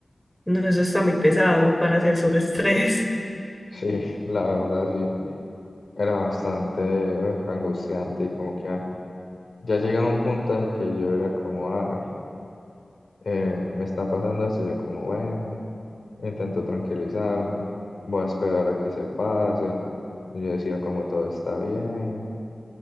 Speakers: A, in the centre; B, on the left (about 65°).
A: no, eso está muy pesado para hacer solo estrés. <laughs>
B: Sí, la verdad sí, era bastante uf, angustiante y como que ah, ya llegaba un punto de que yo era como, ay. eh, me está pasando esto, yo como, bueno, intento tranquilizarme, voy a esperar a que se pase. Y yo decía como todo está bien,